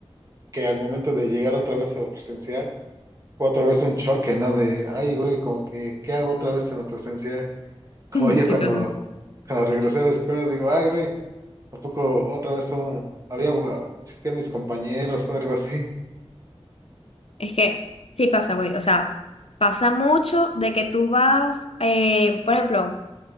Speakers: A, on the right; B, on the left.
A: que al momento de llegar otra vez a lo presencial fue otra vez un choque, ¿no? De, ay, güey, como que, ¿qué hago otra vez en lo presencial? <laughs> Como
B: Ujú,
A: ya
B: Sí
A: cuando,
B: pasa.
A: cuando regresé a la escuela digo, ay, güey, ¿a poco otra vez son, había, existían mis compañeros o algo así?
B: Es que sí pasa, güey. O sea, pasa mucho de que tú vas, eh, por ejemplo,